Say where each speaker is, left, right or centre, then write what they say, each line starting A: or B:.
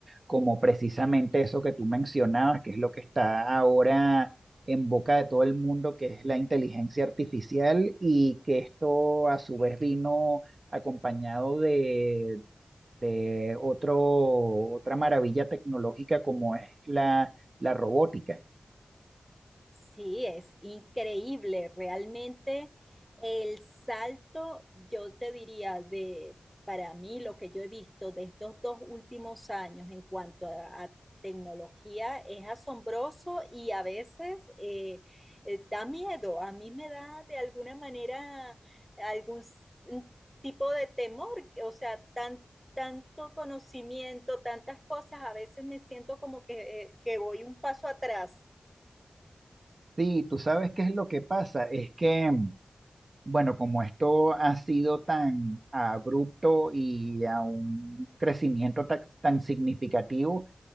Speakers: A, on the right; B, in the centre.
A: como precisamente eso que tú mencionabas, que es lo que está ahora en boca de todo el mundo, que es la inteligencia artificial y que esto a su vez vino acompañado de, de otro, otra maravilla tecnológica como es la, la robótica.
B: Sí, es increíble, realmente el salto, yo te diría de, para mí lo que yo he visto de estos dos últimos años en cuanto a, a tecnología es asombroso y a veces eh, eh, da miedo, a mí me da de alguna manera algún s- un tipo de temor, o sea, tan- tanto conocimiento, tantas cosas, a veces me siento como que, eh, que voy un paso atrás.
A: Sí, tú sabes qué es lo que pasa, es que Bueno, como esto ha sido tan abrupto y a un crecimiento tan, tan significativo,